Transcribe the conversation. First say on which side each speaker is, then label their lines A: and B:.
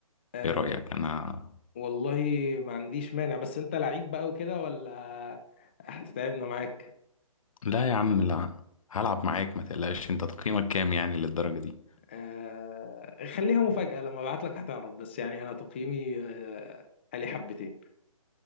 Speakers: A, on the left; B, on the left.
A: أه
B: ايه رأيك انا
A: والله ما عنديش مانع بس انت لعيب بقى وكده ولا هتتعبنا معاك
B: لا يا عم لا هلعب معاك ما تقلقش انت تقييمك كام يعني للدرجة دي
A: أه خليها مفاجاه لما ابعت لك هتعرف بس يعني انا تقييمي أه عالي حبتين